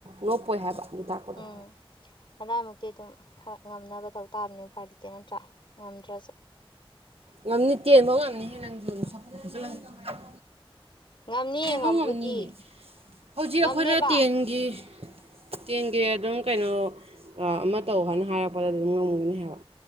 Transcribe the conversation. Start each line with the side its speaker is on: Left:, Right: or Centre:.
Right: ꯅꯣꯞꯄꯣꯏ ꯍꯥꯏꯕ ꯑꯗꯨ ꯇꯥꯛꯄꯗꯣ
Left: ꯎꯝ ꯑꯗꯥꯏꯃꯨꯛꯇꯤ ꯑꯗꯨꯝ ꯍꯣꯏ ꯉꯝꯅꯕ ꯇꯧ ꯇꯥꯕꯅꯦ ꯎꯄꯥꯏ ꯂꯩꯇꯦ ꯅꯠꯇ꯭ꯔꯥ ꯉꯝꯗ꯭ꯔꯥ
Right: ꯉꯝꯅꯤ ꯇꯦꯟꯕꯥꯎ ꯉꯝꯅꯤꯍꯦ ꯅꯪꯖꯨ <unintelligible>
Left: ꯉꯝꯅꯤ
Right: ꯍꯦꯟꯕ
Left: ꯉꯝꯕꯨꯗꯤ
Right: ꯉꯝꯅꯤꯌꯦ ꯍꯧꯖꯤꯛ
Left: ꯉꯝꯅꯦꯕ
Right: ꯑꯈꯣꯏꯗ ꯇꯦꯟꯒꯤ ꯇꯦꯟꯒꯤ ꯑꯗꯨꯝ ꯀꯩꯅꯣ ꯑꯥ ꯑꯃ ꯇꯧ ꯍꯥꯏꯅ ꯍꯥꯏꯔꯛꯄꯗ ꯑꯗꯨꯝ ꯉꯝꯒꯥꯅꯤ ꯍꯥꯏꯕ